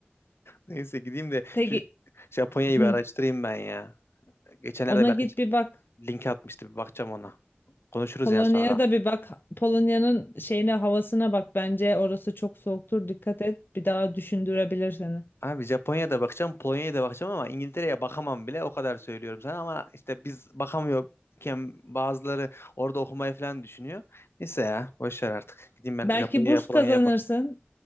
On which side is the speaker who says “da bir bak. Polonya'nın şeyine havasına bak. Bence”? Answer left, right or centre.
Left